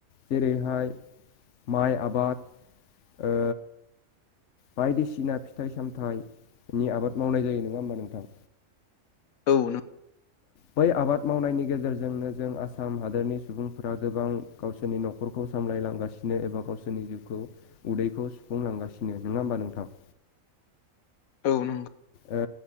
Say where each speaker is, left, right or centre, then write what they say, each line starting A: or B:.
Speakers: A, on the left; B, on the left.
A: जेरैहाय माइ आबाद ओ बायदिसिना फिथाइ सामथाइनि आबाद मावनाय जायो नङा होमबा नोंथां?
B: औ नों
A: बै आबाद मावनायनि गेजेरजोंनो जों आसाम हादोरनि सुबुंफोरा गोबां गावसोरनि न'खरखौ सामलाय लांगासिनो एबा गावसोरनि जिउखौ उदैखौ सुफुंलांगासिनो नङा होमबा नोंथां?
B: औ नोंगौ।
A: ओ